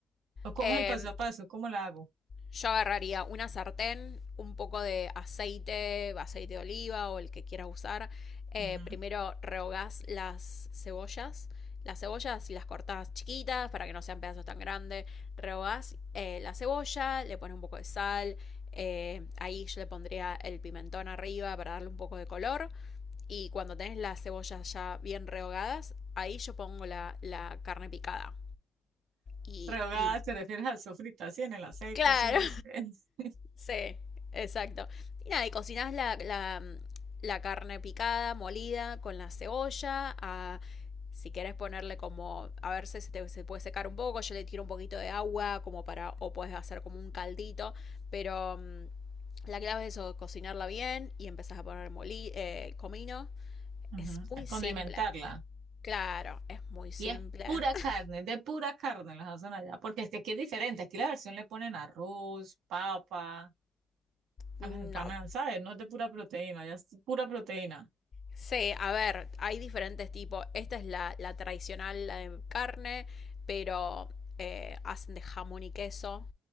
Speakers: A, on the right (about 80°); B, on the left (about 50°).
A: ¿O cómo
B: Eh,
A: es el paso a paso? ¿Cómo la hago?
B: Yo agarraría una sartén, un poco de aceite, aceite de oliva o el que quieras usar. Eh,
A: Ujú.
B: primero rehogás las cebollas. Las cebollas y las cortás chiquitas para que no sean pedazos tan grandes. Rehogás eh, la cebolla, le pones un poco de sal. eh, ahí yo le pondría el pimentón arriba para darle un poco de color. Y cuando tenés las cebollas ya bien rehogadas, ahí yo pongo la, la carne picada. Y,
A: Rehogada,
B: y
A: te refieres a sofrita, así en el aceite,
B: claro,
A: así. sí. <laughs>
B: Sí, exacto. Y nada, y cocinás la, la, la carne picada, molida, con la cebolla. a- si querés ponerle como, a ver si se, te- se puede secar un poco, yo le tiro un poquito de agua como para, o puedes hacer como un caldito, pero mm, la clave es eso, cocinarla bien y empezás a poner moli, eh, comino.
A: Ujú,
B: Es muy
A: A condimentarla.
B: simple, claro, es muy simple.
A: Y es pura
B: <laughs>
A: carne, de pura carne las hacen allá. Porque es que aquí es diferente. Aquí la versión le ponen arroz, papa, a
B: No,
A: las empanadas, ¿sabes? No es de pura proteína, ya es pura proteína.
B: Sí, a ver, hay diferentes tipos. Esta es la, la tradicional, la de carne, pero eh, hacen de jamón y queso,